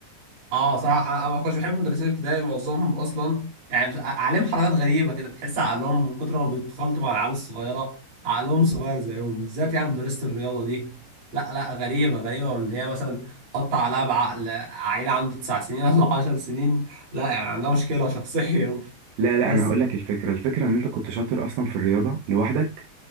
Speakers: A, on the right; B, on the right.
A: اه صراحة انا أنا ما كنتش بحب المدرسين الابتدائي معظمهم اصلا يعني مش- عليهم حركات غريبة كده تحس عقلهم من كتر ما بيتخلطوا مع العيال الصغيرة عقلهم صغير زيهم بالذات يعني مدرسة الرياضة دي لا لا غريبة غريبة وان هي مثلا تقطع عليها بعقل عيل عنده تسع سنين ولا عشر سنين لا يعني عندها مشكلة شخصيا <laughs>
B: لا لا
A: بس
B: انا هقول لك الفكره الفكره ان انت كنت شاطر اصلا في الرياضه لوحدك